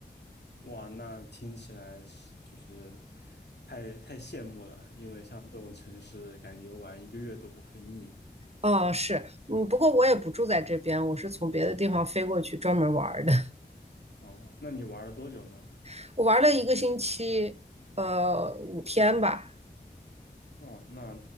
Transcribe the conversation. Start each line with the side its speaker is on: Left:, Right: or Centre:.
Left: 哇，那听起来是就是太太羡慕了，因为像这种城市，感觉玩一个月都不会腻。
Right: 哦，是，嗯，不过我也不住在这边，我是从别的地方飞过去专门玩儿的。
Left: 哦，那你玩了多久呢？
Right: <laughs> 我玩了一个星期，呃，五天吧。
Left: 哦，那